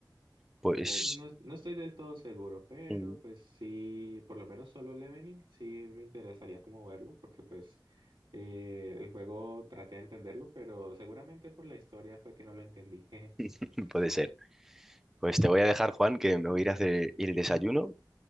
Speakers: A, in the centre; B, on the right (about 85°).
A: Pues
B: pues no, es- no estoy del todo seguro, pero
A: mm,
B: pues sí, por lo menos solo Leveling sí me interesaría como verlo, porque pues eh, el juego traté de entenderlo, pero seguramente por la historia fue que no lo entendí. <laughs>
A: <laughs> puede ser. Pues te voy a dejar, Juan, que me voy a ir a hacer el desayuno